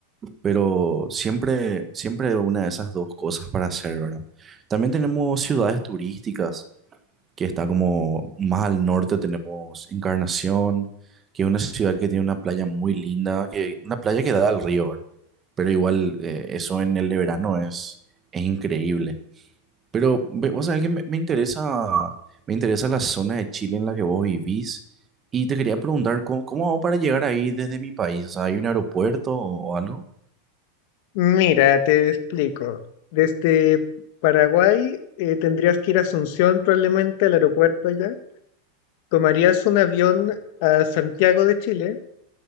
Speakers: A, on the right (about 20°); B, on the left (about 55°).
A: pero siempre, siempre hay una de esas dos cosas para hacer, ¿verdad? También tenemos ciudades turísticas, que está como más al norte tenemos Encarnación, que es una ciudad que tiene una playa muy linda, que, una playa que da al río, ¿verdad? Pero igual eh, eso en el verano es, es increíble. Pero ve- vos sabés que me, me interesa, me interesa la zona de Chile en la que vos vivís y te quería preguntar, ¿cómo, cómo hago para llegar ahí desde mi país? O sea, ¿hay un aeropuerto o o algo?
B: Mira, te explico. Desde Paraguay eh, tendrías que ir a Asunción probablemente al aeropuerto allá. Tomarías un avión a Santiago de Chile